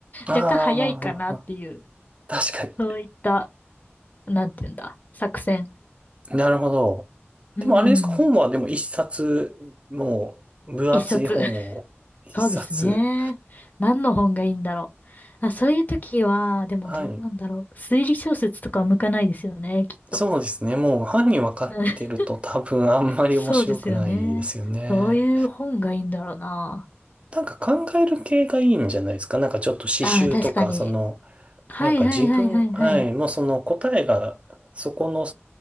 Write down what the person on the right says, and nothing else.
ああ、
確かに。
なるほど。
でもあれですか、本はでも一冊、もう分厚い本を一冊。
はい。
そうですね。もう犯人分かってると多分あんまり面白くないですよね。
なんか考える系がいいんじゃないですか。なんかちょっと詩集とか、
その、
なんか自分、はい、もうその答えがそこの